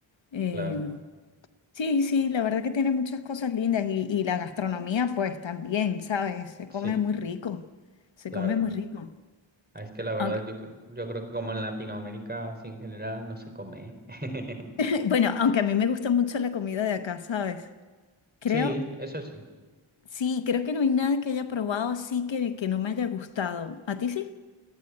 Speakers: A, on the left (about 70°); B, on the right (about 20°).
A: Eh,
B: claro,
A: sí, sí, la verdad que tiene muchas cosas lindas. Y, y la gastronomía, pues también, ¿sabes? Se
B: sí,
A: come muy rico, se
B: claro.
A: come muy rico.
B: Ah, Es que la verdad
A: Aunque,
B: yo, cre- yo creo que como en Latinoamérica, así en general, no se come. <laughs>
A: <laughs> <clears throat> bueno, aunque a mí me gusta mucho la comida de acá, ¿sabes? Creo.
B: Sí, eso sí.
A: Sí, creo que no hay nada que haya probado así que, que no me haya gustado. ¿A ti sí?